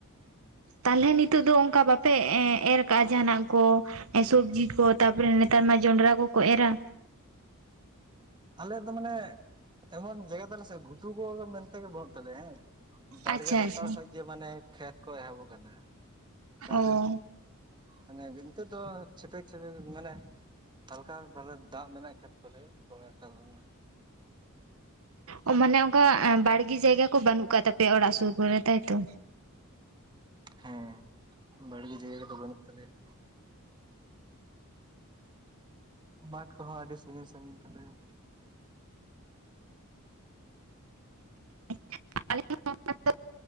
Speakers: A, on the right; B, on the right.
A: ᱛᱟᱞᱦᱮ ᱱᱤᱛᱚᱜ ᱫᱚ ᱚᱝᱠᱟ ᱵᱟᱯᱮ ᱮ ᱮᱨ ᱠᱟᱜᱼᱟ ᱡᱟᱦᱟᱱᱟᱜ ᱠᱚ ᱥᱩᱵᱽᱡᱤ ᱠᱚ ᱛᱟᱨᱯᱚᱨᱮ ᱱᱮᱛᱟᱨ ᱢᱟ ᱡᱚᱱᱰᱨᱟ ᱠᱚᱠᱚ ᱮᱨᱟ
B: ᱟᱞᱮᱭᱟᱜ ᱫᱚ ᱢᱟᱱᱮ ᱮᱢᱚᱱ ᱡᱟᱭᱜᱟ ᱛᱟᱞᱮ ᱥᱮ ᱜᱷᱩᱴᱩ ᱠᱚ ᱜᱮ ᱢᱮᱱᱛᱮᱜᱮ ᱵᱟᱹᱱᱩᱜ ᱛᱟᱞᱮᱭᱟ ᱦᱮᱸ ᱵᱟᱲᱜᱮ
A: ᱟᱪᱪᱷᱟ
B: ᱞᱟᱛᱟᱨ
A: ᱟᱪᱪᱷᱟ
B: ᱠᱷᱚᱡ ᱜᱮ ᱢᱟᱱᱮ ᱠᱷᱮᱛ ᱠᱚ ᱮᱦᱚᱵ ᱟᱠᱟᱱᱟ ᱚᱠᱟᱨᱮ
A: ᱚ
B: <unintelligible> ᱱᱤᱛᱚᱜ ᱫᱚ ᱪᱷᱯᱮᱠ ᱪᱷᱮᱯᱮᱠ ᱢᱟᱱᱮ ᱦᱟᱞᱠᱟ ᱵᱷᱟᱵᱮ ᱫᱟᱜ ᱢᱮᱱᱟᱜᱼᱟ ᱠᱷᱮᱛ ᱠᱚᱨᱮ ᱫᱚᱢᱮ ᱮᱠᱴᱟ ᱫᱚ ᱵᱟᱝᱟ
A: ᱚ ᱢᱟᱱᱮ ᱚᱱᱠᱟ ᱵᱟᱲᱜᱤ ᱡᱟᱭᱜᱟ ᱠᱚ ᱵᱟᱹᱱᱩᱜ ᱟᱠᱟᱫ ᱛᱟᱯᱮᱭᱟ ᱚᱲᱟᱜ ᱥᱩᱨ ᱠᱚᱨᱮ ᱛᱟᱭᱛᱚ
B: ᱦᱚᱸ ᱵᱟᱲᱜᱮ ᱡᱟᱭᱜᱟ ᱠᱚᱫᱚ ᱵᱟᱹᱱᱩᱜ ᱛᱟᱞᱮᱭᱟ ᱢᱟᱴ ᱠᱚᱦᱚᱸ ᱟᱹᱰᱤ ᱥᱟᱺᱜᱤᱧ ᱥᱟᱺᱜᱤᱧ ᱛᱟᱞᱮᱭᱟ
A: <inaudible> ᱟᱞᱮ ᱦᱚᱸ ᱚᱱᱠᱟ ᱫᱚ